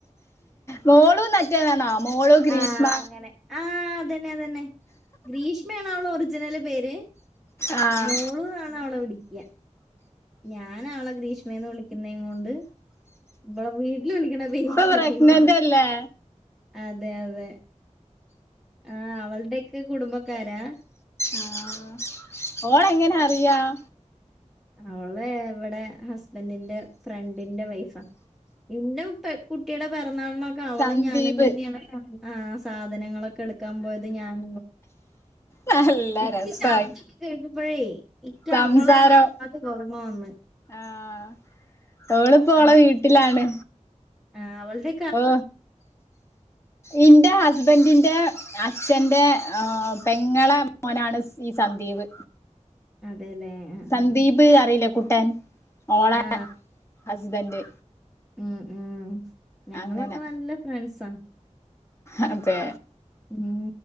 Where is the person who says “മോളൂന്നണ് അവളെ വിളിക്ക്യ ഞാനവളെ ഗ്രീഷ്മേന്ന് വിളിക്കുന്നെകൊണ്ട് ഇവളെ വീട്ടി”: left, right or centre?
Centre